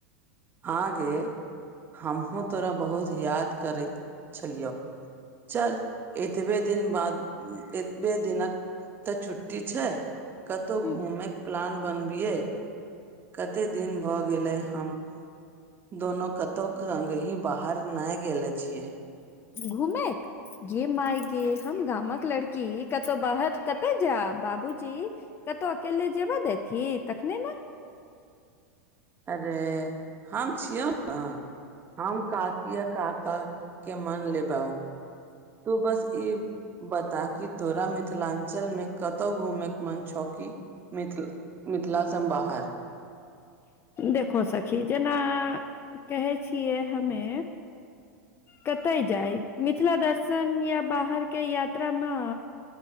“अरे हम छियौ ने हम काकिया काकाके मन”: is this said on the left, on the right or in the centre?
Right